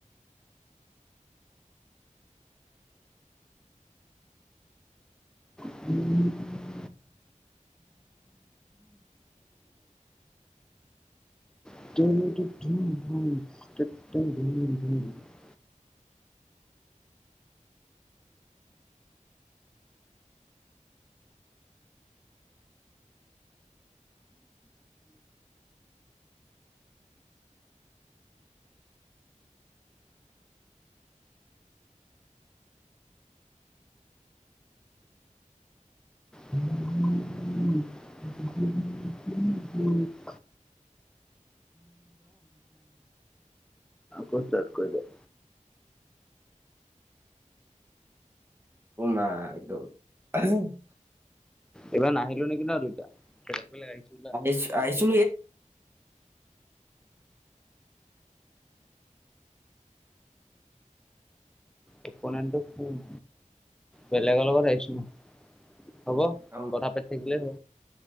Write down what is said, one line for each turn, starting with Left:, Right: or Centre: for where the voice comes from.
Centre: <unintelligible> <unintelligible> আকৌ ক'ত চেট কৰি দিয়া?
Right: <unintelligible>
Centre: এইবাৰ নাহিলো নেকি ন দুটা। বেলেগ বেলেগ আহিছিলো
Right: ইচ আহিছো
Centre: <unintelligible> বেলেগৰ লগত আহিছোঁ। হ'ব।
Right: অ',
Centre: কথা পাতি থাকিলে হ'ল।